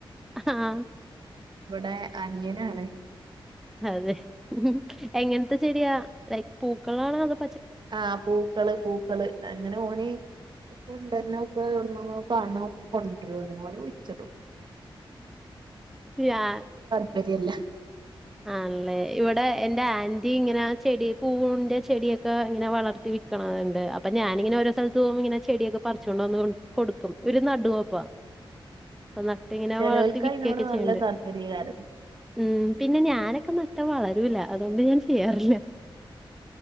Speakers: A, in the centre; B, on the right.
A: അഹ ആ
B: ഇവിടെ അനിയനാണ്.
A: അതെ എങ്ങനത്തെ ചെടിയാ തൈ പൂക്കളാണ അതാ
B: ആ പൂക്കള് പൂക്കള് അങ്ങനെ ഓന് ഇപ്പണ്ടന്നെ ഒക്കെ എവിടന്ന് കാണ ഒക്കെ കൊണ്ടറും വിച്ചിട്ടും
A: യാ
B: ശരിയല്ല.
A: ആണല്ലേ ഇവിടെ എന്റെ ആന്റി ഇങ്ങനെ ചെടി പൂവിന്റെ ചെടിയൊക്കെ ഇങ്ങനെ വളർത്തി വിക്കണണ്ട് അപ്പൊ ഞാനിങ്ങനെ ഓരോ സ്ഥലത്ത് പോ ഇങ്ങനെ ചെടിയൊക്കെ പറിച്ചുണ്ട വന്ന് കൊടുക്കും ഓരു നടുപ്പാ അപ്പ നട്ട ഇങ്ങനെ
B: ചെലോൽക്ക്
A: വളർത്തി വിക്കൊക്കെ
B: അയിനോട് നല്ല
A: ചെയ്യണ്ട്
B: താല്പര്യയ്ക്കാരം
A: ഉം പിന്നെ ഞാനൊക്കെ നട്ട വളരൂല്ല അതുകൊണ്ട് ഞാൻ ചെയ്യാറില്ല.